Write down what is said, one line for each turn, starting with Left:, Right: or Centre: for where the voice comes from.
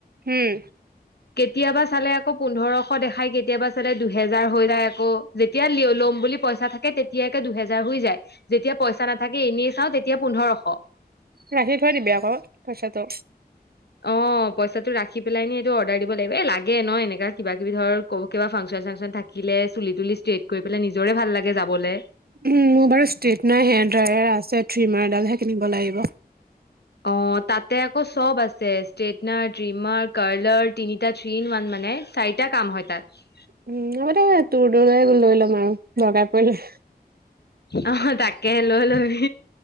Right: হম।
Left: কেতিয়াবা চালে আকৌ পোন্ধৰশ দেখাই, কেতিয়াবা চালে দুহেজাৰ হৈ যায় আকৌ, যেতিয়া ল'ম বুলি পইচা থাকে তেতিয়াে দুহেজাৰ হৈ যায়, যেতিয়া পইচা নাথাকে এনেই চাওঁ তেতিয়া পোন্ধৰশ।
Right: ৰাখি থৈ দিবি আকৌ পইচাটো।
Left: অ পইচাটো ৰাখি পেলাই নি এইটো অৰ্ডাৰ দিব লাগিব এ লাগে। এ নহ এনেকা কিবা কিবি ধৰ কিবা ফা চন চাংচন থাকে। চুলি তুলি ষ্ট্ৰেইট কৰি পেলাই নিজৰে ভাল লাগে যাবলৈ।
Right: মোৰ বাৰু ষ্টেটনাৰ হেয়াৰ্ৰায়াৰ আছে থি মাৰডালহে কিনি <unintelligible> ব লাগিব
Left: অ তাতে আকৌ চব আছে ষ্ট্ৰেটনাৰ, ট্ৰিমাৰ, কাৰ্লাৰ, তিনিটা থ্ৰন ওৱান মানে চাৰিটা কাম হয় তাত।
Right: উম আদটু দূৰে গ লুল মাৰু <unintelligible> বগাইাপৰি <unintelligible>
Left: অ তাকে লৈ লবি।